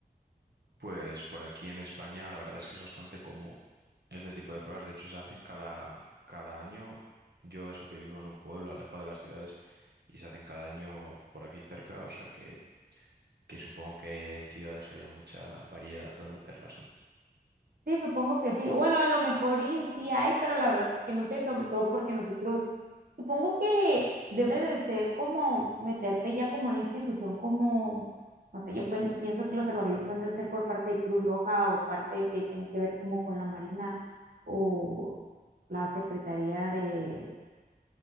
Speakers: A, on the right; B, on the right.
A: Pues por aquí en España la verdad es que es bastante común este tipo de pruebas. De hecho, se hacen cada, cada año. Yo eso que vivo en un pueblo alejado de las ciudades y se hacen cada año por aquí cerca, o sea que, que supongo que en ciudades haya mucha variedad donde hacerlas, ¿no?
B: Sí, supongo que sí. Bueno, a lo mejor y sí hay, pero la verdad que no sé, sobre todo porque nosotros, supongo que debe de ser como meterte ya como una institución como, no sé, yo pen- pienso que los salvavidas han de ser por parte de Cruz Roja o parte que tiene que ver como con la Marina o la Secretaría de,